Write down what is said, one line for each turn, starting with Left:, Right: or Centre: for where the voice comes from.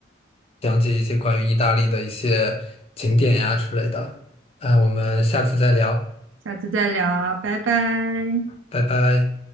Left: 讲解一些关于意大利的一些景点呀之类的。那我们下次再聊，
Right: 下次再聊，拜拜。
Left: 拜拜。